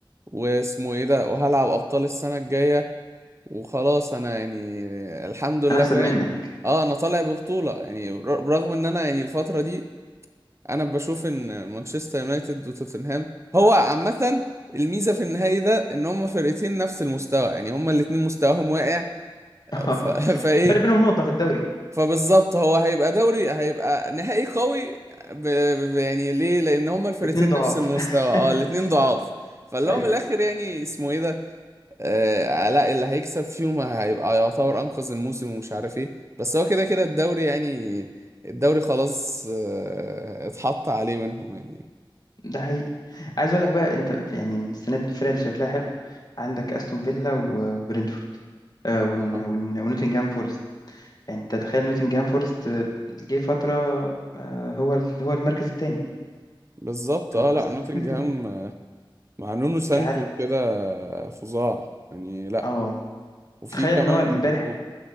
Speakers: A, on the right; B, on the left.
A: واسمه ايه ده وهلعب ابطال السنة الجاية وخلاص انا يعني الحمد لله
B: انا احسن
A: فاهم
B: منك
A: اه انا طالع ببطولة يعني بر- برغم ان انا يعني الفترة دي انا بشوف ان مانشستر يونايتد وتوتنهام هو عامه الميزه في النهائي ده ان هما فرقتين نفس المستوى يعني هما الاتنين مستواهم واقع
B: <laughs>
A: ف... <laughs> فايه
B: فرق بينهم نقطه في الدوري
A: فبالظبط هو هيبقى دوري هيبقى نهائي قوي ب... ب... يعني ليه لان هما الفرقتين
B: باتنين ضعاف
A: نفس المستوى
B: <laughs>
A: اه الاتنين ضعاف فاللي
B: ايوه
A: هو من الاخر يعني اسمه ايه ده آه علاء اللي هيكسب فيهم هيبقى يعتبر انقذ الموسم ومش عارف ايه بس هو كده كده الدوري يعني الدوري خلاص آه، اتحط عليه منهم يعني
B: ده حقيقي عايز اقول لك بقى انت في- يعني من السنه دي الفرق اللي شكلها حلو عندك استون فيلا و- وبرنتفورد آه، ون-
A: اه
B: ون- ونوتنجهام فورست يعني انت تخيل نوتنجهام فورست آه، جه فتره آه، هو ال- هو المركز الثاني
A: بالظبط اه
B: هو
A: لا
B: بس
A: نوتنجهام
B: مشكلته
A: آه، مع نونو سانتو
B: كعادة
A: كده فظاع يعني لا
B: اه
A: وفي
B: تخيل
A: كمان
B: ان هو امبارح
A: قول